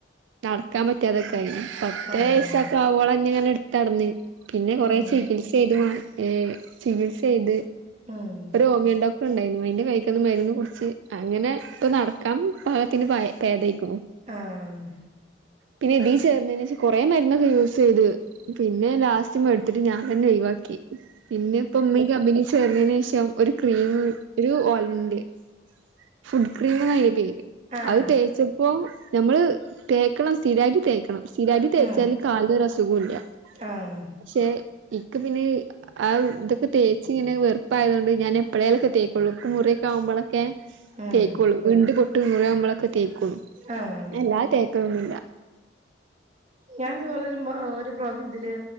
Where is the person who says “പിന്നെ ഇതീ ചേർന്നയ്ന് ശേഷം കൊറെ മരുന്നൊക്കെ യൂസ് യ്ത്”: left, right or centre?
Right